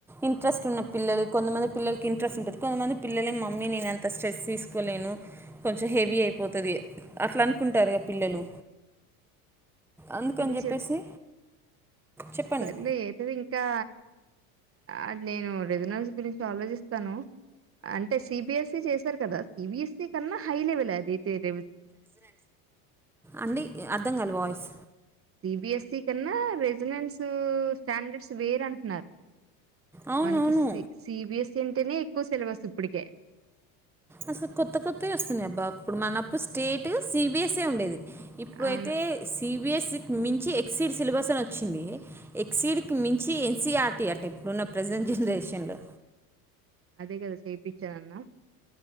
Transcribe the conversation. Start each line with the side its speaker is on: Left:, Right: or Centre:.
Centre: ఇంట్రెస్ట్ ఉన్న పిల్లలు కొంతమంది పిల్లలకి ఇంట్రెస్ట్ ఉంటది. కొంతమంది పిల్లలే మమ్మీ నేను ఎంత స్ట్రెస్ తీసుకోలేను. కొంచం హెవి అయిపోతది. అట్లా అనుకుంటారుగా పిల్లలు అందుకని
Right: ఇది.
Centre: చెప్పేసి చెప్పండి
Right: సర్లే ఏంటిది ఇంకా అది నేను రెజనాన్స్ గురించి ఆలోచిస్తాను అంటే సిబిఎస్సి చేశారు కదా సిబిఎస్సి కన్నా హై లెవెల్ అది తేర్
Centre: అండి అర్థం కాల వాయిస్
Right: సిబిఎస్సి కన్నా రెజినెంట్స్ స్టాండర్డ్స్ వేర అంటున్నారు
Centre: అవునవును
Right: మనకి సి సిబిఎస్సి అంటేనే క్కువ సిెల బస్ ఇప్పటికే
Centre: అసలు కొత్త కొత్తవి వస్తున్నాయి అబ్బా ఇప్పుడు మనప్పుడు స్టేట్ సిబిఎస్ఏ ఉండేది ఇప్పుడుైతే
Right: అవును
Centre: సి యబిఎస్సికి మించి ఎక్సిీడ్ సిలబస్ అని వచ్చింది ఎక్సడ్కి మించి ఎన్సీఆర్టీ అట్ట ఇప్పుడున్న ప్రజెంట్ జనరేషన్లో
Right: అదే కదా చెప్పించననవ్